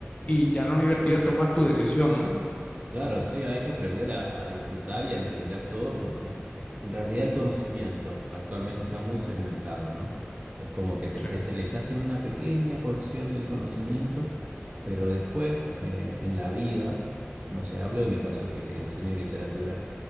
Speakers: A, on the left; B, on the right.
A: y ya en la universidad tomas tu decisión, ¿no?
B: Claro, sí, hay que aprender a, a disfrutar y a entender todo porque en realidad el conocimiento actualmente está muy segmentado, ¿no? Es como que te
A: Sí,
B: especializas en una pequeña porción del conocimiento, pero después eh, en la vida, no sé, hablo de mi caso que enseño literatura,